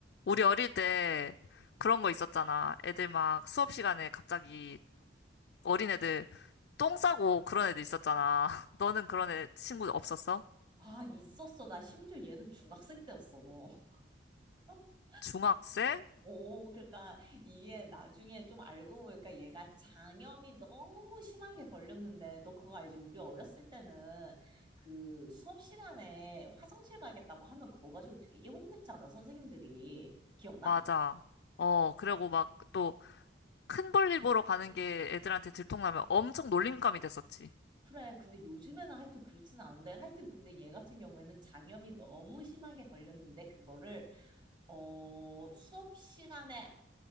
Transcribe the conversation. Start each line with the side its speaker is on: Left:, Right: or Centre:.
Left: 우리 어릴 때 그런 거 있었잖아. 애들 막 수업 시간에 갑자기 어린애들 똥 싸고 그런 애들 있었잖아. <laughs> 너는 그런 애 친구 없었어?
Right: 아, 있었어. 나 심지어 얘는 중학생 때였어. 뭐. <laughs>
Left: 중학생?
Right: 오, 그러니까 이게 나중에 좀 알고 보니까 얘가 장염이 너무 심하게 걸렸는데, 너 그거 알지? 우리 어렸을 때는 그 수업 시간에 화장실 가겠다고 하면 그거 가지고 되게 혼냈잖아, 선생님들이. 기억나?
Left: 맞아. 어, 그리고 막 또 큰 볼일 보러 가는 게 애들한테 들통나면 엄청 놀림감이 됐었지.
Right: 그래. 근데 요즘에는 하여튼 그렇진 않은데, 하여튼 근데 얘 같은 경우에는 장염이 너무 심하게 걸렸는데, 그거를 어, 수업 시간에